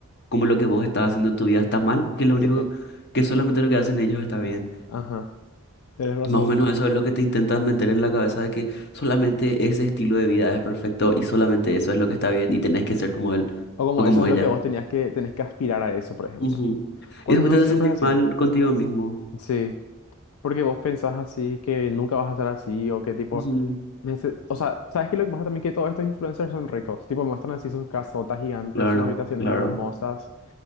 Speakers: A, on the left (about 50°); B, on the left (about 70°).
A: como lo que vos estás haciendo en tu vida está mal, que lo único
B: Sí,
A: que solamente lo que hacen ellos está bien.
B: ajá, tienes razón.
A: Más o menos eso es lo que te intentan meter en la cabeza de que solamente ese estilo de vida es perfecto y solamente eso es lo que está bien y tenés que ser como él
B: O como
A: o como
B: eso es
A: ella.
B: lo que vos tenías que, tenés que aspirar a eso, por ejemplo.
A: Ujú.
B: Cuando
A: Y después
B: no,
A: te
B: siempre
A: hace sentir
B: es así.
A: mal contigo mismo.
B: Sí, porque vos pensás así, que nunca vas a ser así, o que tipo...
A: Ujú.
B: Me dice- O sea, ¿sabes qué? Lo que pasa también que todos estos influencers son ricos. Tipo, muestran así sus casotas gigantes,
A: Claro,
B: sus habitaciones
A: claro,
B: hermosas.